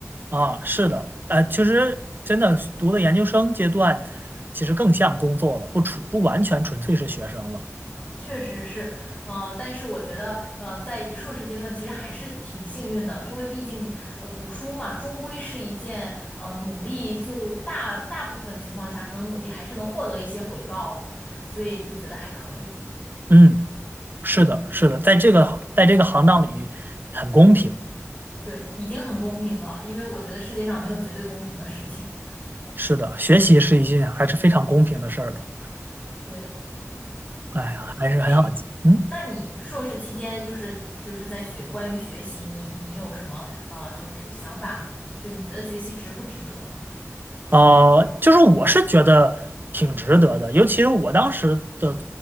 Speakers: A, on the right (about 40°); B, on the left (about 25°).
A: 啊，是的，呃，其实真的读的研究生阶段，其实更像工作了，不纯不完全纯粹是学生了。
B: 确实是，呃，但是我觉得，呃，在以硕士阶段其实还是挺幸运的，因为毕竟，呃，读书嘛，终归是一件，呃，努力就大大部分情况下，可能努力还是能获得一些回报的，所以就觉得还可以，
A: 嗯，是的，是的，在这个在这个行当里很公平。
B: 对，已经很公平了，因为我觉得世界上没有绝对公平的事情，
A: 是的，学习是一件还是非常公平的事儿的。
B: 对
A: 哎呀，
B: 对，
A: 还是很好。
B: 哎，
A: 嗯，
B: 那你硕士期间就是就是在学关于学习你，你有什么呃就是想法吗？就你觉得学习值不值得？
A: 呃，就是我是觉得挺值得的，尤其是我当时的，